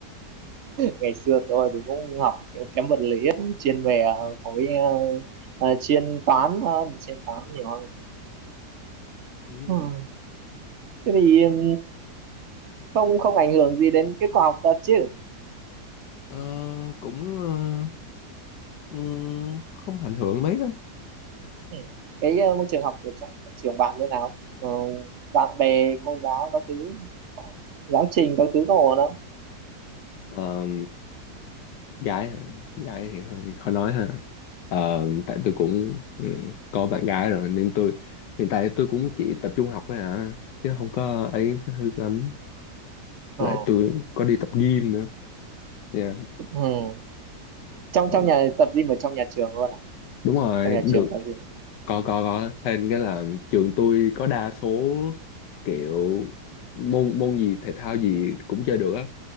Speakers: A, on the right; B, on the left.
A: Ngày xưa tôi thì cũng học kiểu kém vật lý, cũng chuyên về ờ, khối ờ, ờ, chuyên toán hơn, chuyên toán nhiều hơn.
B: Ừ.
A: Ừ. Thế thì ừm, không không ảnh hưởng gì đến kết quả học tập chứ?
B: Ờ, cũng ờ, ừm, không ảnh hưởng mấy đâu
A: Ừ. Cái ờ, môi trường học ở trong trường bạn như nào? Ờ, bạn bè, cô giáo các thứ, giáo trình các thứ có ổn không?
B: Ờ, gái hả? gái thì hơi khó nói ha Ờ, tại tôi cũng ừ, có bạn gái rồi nên tôi hiện tại tôi cũng chỉ tập trung học thôi à chứ không có ấy cái thứ lắm
A: Ờ,
B: lại tôi có đi tập gym nữa Dạ.
A: Ừ. Trong
B: Ừ,
A: trong nhà tập gym ở trong nhà trường luôn à?
B: đúng rồi
A: Trong nhà
B: được
A: trường tập gym.
B: có có có thêm cái là trường tôi có đa số kiểu môn môn gì thể thao gì cũng chơi được á